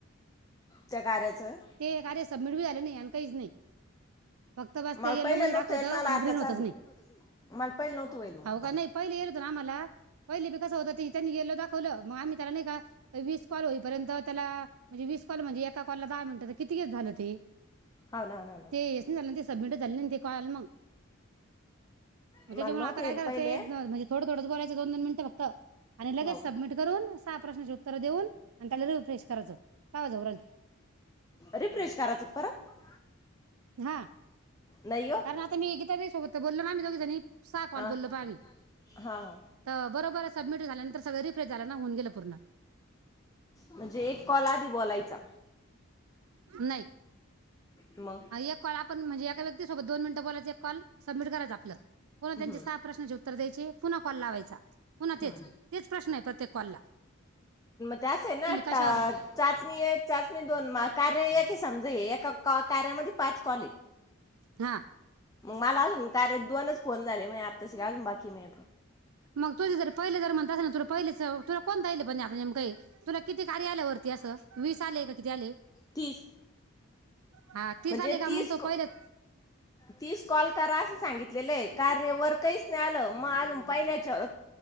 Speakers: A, on the left; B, on the right.
A: त्या कार्याचं
B: ते कार्य सबमिट बी झालं नाही आणि काहीच नाही फक्त बास
A: मला
B: ते येलो
A: पहिलं
B: म
A: नव्हतं
B: दाखवत
A: येईल मला
B: आणि
A: आता
B: ग्रीन
A: चालू
B: होतच नाही
A: मला पहिलं नव्हतं होईल मग
B: आहो काय नाही पहिल येत होत ना आम्हाला पहिल बी कसं होत ती त्यांनी यलो दाखवल मग आम्ही तर नाही का वीस कॉल होपर्यंत त्याला म्हणजे वीस कॉल म्हणजे एका कॉलला दहा मिनटं, तर किती गे झालं ते?
A: हो ना हो ना हो ना
B: ते यसानी झालं ना ते सबमिट झाल नाही ते कळालं म? म्हणजे
A: मला
B: जेव्हा
A: नव्हतं
B: आता काय
A: येईल
B: करायचे
A: पहिले
B: ज म म्हणजे थोडं थोडचं बोलायचं दोन दोन मिनटं फक्त आणि लगेच
A: हो
B: सबमिट करून सहा प्रश्नाचे उत्तरं देऊन आन त्याला रिफ्रेश करायचं तवा <unintelligible> ते
A: रिफ्रेश करायचं का परत
B: हा
A: नाही हो
B: कारण आता मी गीताताई सोबत बोललो ना, आम्ही दोघी जनी सा
A: हां
B: कॉल बोललो ब आम्ही,
A: हां
B: त बरोबर सबमिट झाल्यानंतर सगळं रिफ्रेश झालं ना? होऊन गेलं पूर्ण
A: म्हणजे एक कॉल आधी बोलायचा
B: नाही,
A: मग
B: एक कॉल आपण म्हणजे एका व्यक्ती सोबत दोन मिनिटं बोलायच, एक कॉल सबमिट करायचं, आपलं पुन्हा
A: हम्म,
B: त्यांचे सहा प्रश्नाचे उत्तर द्यायचे, पुन्हा कॉल लावायचा पुन्हा
A: हम्म.
B: तेच तेच प्रश्न येतात त्या कॉलला
A: क्लास हे ना
B: तुम्ही
A: आत्ता
B: कशावर
A: चाचणी एक, चाचणी दोन पण मला कार्य ही समजे एका कॅ, कार्यामध्ये पाच कॉलेत.
B: हा.
A: मला अजून कार्याचे दोनच फोन झाले. मी आत्ता शीक अजून बाकीय मी
B: मग तुझे जर पहिले जर म्हणत असल ना तुला पहिलेच तुला कोण द्यायले आप नेमकं हे तुला किती कार्य आल्या वरती असं? वीस आले का किती आले?
A: तीस
B: हा
A: म्हणजे
B: आले का
A: तीस
B: मग तो
A: कॉ
B: पहिलेच
A: तीस कॉल करा असं सांगितलं लेले, कार्या वर कैच नइ आलं माझं पहिल्याचं.